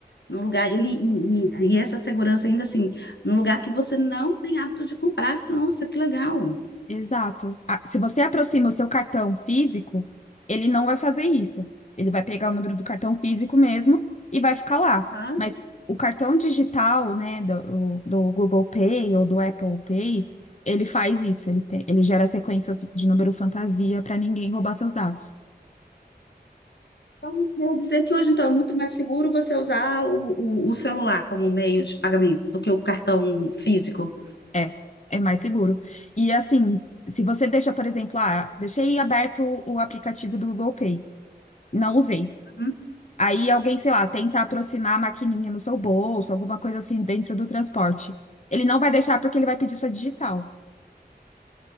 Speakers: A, on the left (about 85°); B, on the left (about 45°).
A: no lugar ele, e, e- e essa segurança ainda assim, num lugar que você não tem hábito de comprar. Nossa, que legal.
B: Exato. Ah, se você aproxima o seu cartão físico, ele não vai fazer isso. Ele vai pegar o número do cartão físico mesmo e vai ficar lá.
A: Aham.
B: Mas o cartão digital, né, do, o- do Google Pay ou do Apple Pay, ele faz isso. Ele tem, ele gera sequências de número fantasia para ninguém roubar seus dados.
A: Então, quer dizer que hoje, então, é muito mais seguro você usar o, o, o celular como meio de pagamento do que o cartão físico.
B: É, é mais seguro. E assim, se você deixa, por exemplo, ah, deixei aberto o aplicativo do Google Pay, não usei.
A: Uhum.
B: Aí alguém, sei lá, tenta aproximar a maquininha no seu bolso, alguma coisa assim dentro do transporte. Ele não vai deixar porque ele vai pedir sua digital.